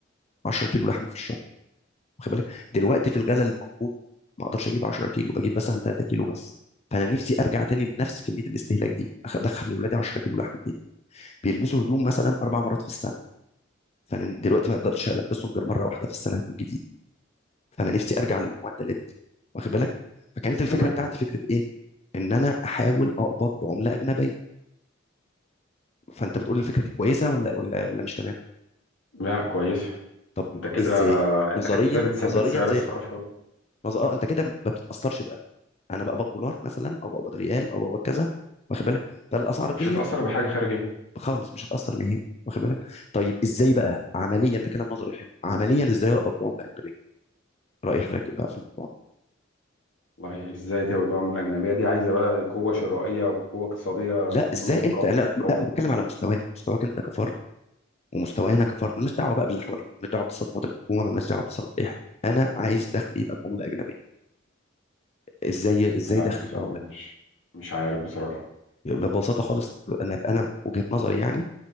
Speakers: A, on the left; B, on the left.
A: 10 كيلو لحمه في الشهر واخد بالك دلوقتي في الغلا اللي موجود ما اقدرش اجيب 10 كيلو بجيب مثلا 3 كيلو بس فانا نفسي ارجع تاني لنفس كميه الاستهلاك دي أخ- ادخل لاولادي 10 كيلو لحمه تاني بيلبسوا هدوم مثلا اربع مرات في السنه فانا دلوقتي ما اقدرش البسهم غير مره واحده في السنه هدوم جديده فانا نفسي ارجع للمعدلات دي واخد بالك فكانت الفكره
B: تمام
A: بتاعتي فكره ايه ان انا احاول اقبض بعمله اجنبيه فانت بتقول الفكره دي كويسه ولا ولا ولا مش تمام
B: لا كويس
A: طب
B: انت كده
A: ازاي
B: آه، انت
A: نظريا
B: كده بتثبت
A: نظريا
B: سعر
A: زي
B: الصرف
A: الف- نظ... اه انت كده ما بتتاثرش بقى انا بقبض دولار مثلا او بقبض ريال او بقبض كذا واخد بالك فالاسعار
B: مش
A: غليت
B: هتأثر بحاجة خارجية
A: خالص مش هتاثر نهائي واخد بالك طيب ازاي بقى عمليا ده كلام نظري حلو عمليا ازاي اقبض بعمله اجنبيه راي حضرتك إيه بقى في الموضوع ده
B: والله ازاي تبقى من الأجنبية دي عايزة بقى قوة شرائية وقوة اقتصادية
A: لا
B: تكون
A: ازاي
B: قو-
A: انت لا, لا
B: قوية
A: انا بتكلم على مستواك مستواك انت كفرد ومستوانا كفرد مالناش دعوه بقى باللي حوالينا مالناش دعوه بتصرفات الحكومه مالناش دعوه بتصرفات اي حاجه انا عايز دخلي يبقى بعمله اجنبيه ازاي ازاي
B: لا
A: دخلي
B: بصراحة
A: يبقى بعمله أجنبية؟
B: مش مش عارف بصراحة
A: ببساطه خالص انا انا وجهه نظري يعني